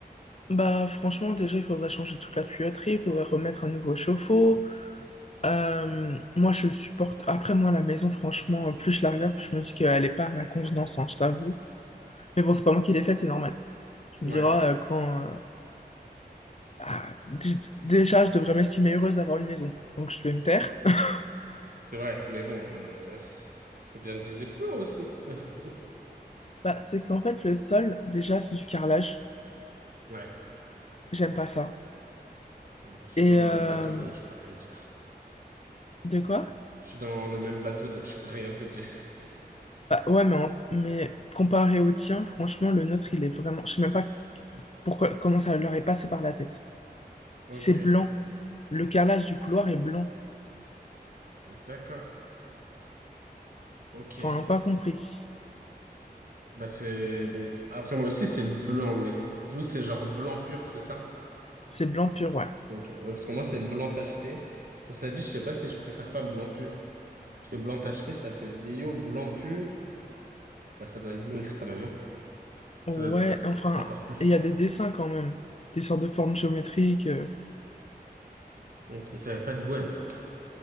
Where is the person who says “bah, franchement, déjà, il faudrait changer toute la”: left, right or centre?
Left